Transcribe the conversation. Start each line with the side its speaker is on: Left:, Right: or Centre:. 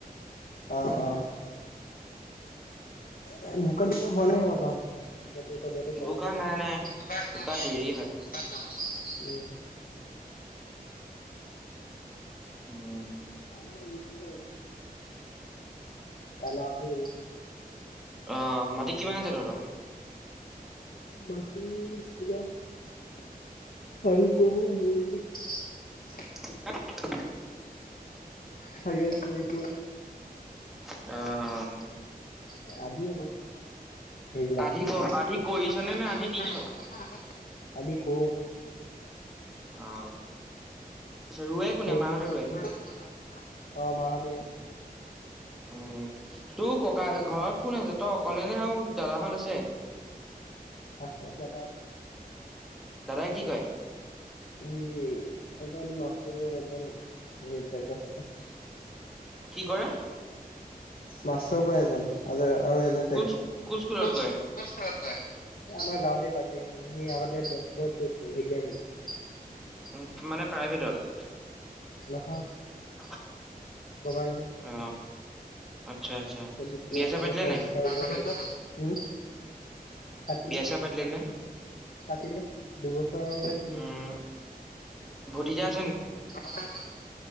Left: অঁ, অঁ এ বোকাত দিব হোৱা নাই ক তহঁতৰ? আজি কঠীয়াটো পাৰিছেহে।
Centre: বোকা নাই নাই।
Left: বোকাত
Centre: বোকা
Left: নাই দিয়া,
Centre: দেৰি হয়,
Left: বোকাত দিব নাই হোৱা। উম।
Centre: অঁহ
Left: আমাৰ ৰোইছো। কাইলে আকৌ ৰোম।
Centre: অঁ, মাটি কিমান আছে তহঁতৰ?
Left: বাকি সোধা? চাৰি পোৰা মান হ'ব নেকি।
Centre: <unintelligible>
Left: চাগে, চাৰি পোৰা।
Centre: অঁ, অঁ
Left: আ আদিহে ক। এইবিলাক,
Centre: আধি
Left: আনক
Centre: ক আধি কৰিছ
Left: কৰাই-আনক
Centre: নে নে আধি দিছ?
Left: কৰাইছে নে? না আনক দিছে? আদি কৰোঁ!
Centre: অ ৰুৱে
Left: ওচৰটোহে,
Centre: কোনে মাহঁতে ৰুৱে?
Left: আনে কৰে না মাহঁতে কৰে? অ মাহঁতে।
Centre: উম, তোক ককাই ঘৰত কোন আছে তই অকলে নে আৰু দাদাহঁত আছে?
Left: আছে দাদা।
Centre: দাদাই কি কৰে?
Left: এই এজন মাষ্টৰ কৰে এজন হেৰি, টেক্টৰ চলাই।
Centre: কি কৰে?
Left: মাষ্টৰ কৰে এজন আৰু এজন টেক্টৰ
Centre: কোন স্ক-
Left: চলাই।
Centre: স্কুলত
Left: কোন,
Centre: গৈ
Left: কোন স্কুলত কৰে? এ আমাৰ গাঁৱতে তাতে মানে সি আগতে তেজপুৰত কৰিছিলে, ঢেকীয়াজুলিত।
Centre: উম, মানে প্ৰাইভেটত।
Left: নহয়।
Centre: <unintelligible>
Left: গভাৰমেন্ট
Centre: অ আচ্ছা আচ্ছা
Left: তাৰপিছত এতিয়া
Centre: বিয়া চিয়া
Left: আকৌ
Centre: পাতিলে
Left: ট্ৰেন্সফাৰ
Centre: নাই
Left: কৰি উম পাতিলে
Centre: বিয়া চিয়া নাই
Left: পাতিলে দুবছৰৰ নে তিনিবছৰ
Centre: উম ভতিজা আ
Left: ভতিজা আছে নাই?